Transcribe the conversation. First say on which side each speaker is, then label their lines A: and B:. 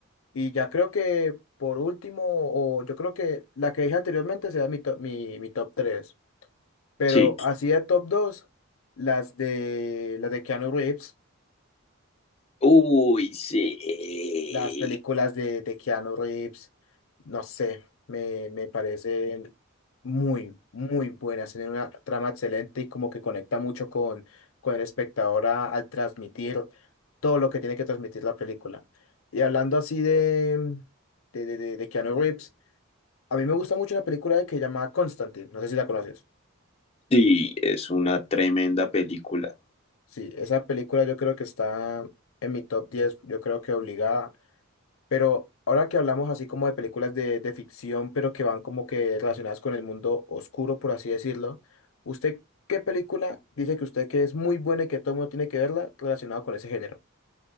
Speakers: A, on the left; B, on the left.
A: Y ya creo que por último, o yo creo que la que dije anteriormente será mi, top- mi, mi top 3. Pero
B: Sí.
A: así de top 2 las de, las de Keanu Reeves,
B: Uy, sí.
A: las películas de, de Keanu Reeves, no sé, me, me parecen muy, muy buenas. Tienen una trama excelente y como que conecta mucho con, con el espectador a- al transmitir todo lo que tiene que transmitir la película. Y hablando así de, de, de, de de Keanu Reeves, a mí me gusta mucho una película que se llama Constantine, no sé si la conoces.
B: Sí, es una tremenda película.
A: Sí, esa película yo creo que está en mi top 10 yo creo que obligada, pero ahora que hablamos así como de películas de, de ficción, pero que van como que relacionadas con el mundo oscuro, por así decirlo, ¿usted qué película dice que usted que es muy buena y que todo el mundo tiene que verla relacionada con ese género?